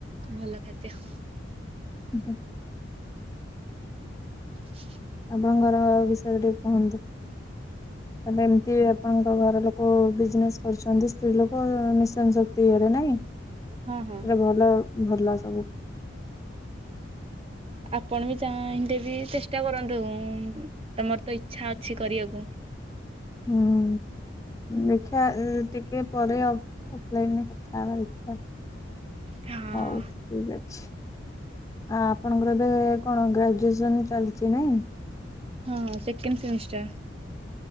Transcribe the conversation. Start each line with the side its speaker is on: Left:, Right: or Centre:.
Right: ଭଲ ଖାଦ୍ୟ
Left: ହୁଁ ହୁଁ।
Right: <inaudible>
Left: ଆପଣଙ୍କର ବିଷୟରେ ଟିକେ କୁହନ୍ତୁ? ତାଲେ ଏମତି ଆପଣଙ୍କ ଘର ଲୋକ ବିଜନେସ କରୁଛନ୍ତି ସ୍ତ୍ରୀ ଲୋକ ନ ଶକ୍ତି ଇରେ ନାଇଁ ସେଟା
Right: ହଁ ହଁ
Left: ଭଲ ଭଲ ସବୁ
Right: ଆପଣ ବି ଚାହିଁଲେ ବି ଚେଷ୍ଟା କରନ୍ତୁ ତମର ତ ଇଚ୍ଛା ଅଛି କରିବାକୁ
Left: ହୁଁ ଦେଖୀ ବା ଉ ଟିକେ ପରେ ଅଫଲାଇନରେ କଥା ହେବା ଦେଖିବା।
Right: ହଁ
Left: ହଉ ଠିକ ଅଛି। ଆ ଆପଣଙ୍କର ଏବେ କଣ ଗ୍ରାଜୁଏସନ୍ ଚାଲିଛି ନାହିଁ?
Right: ହଁ ସେକେଣ୍ଡ ସେମିଷ୍ଟାର।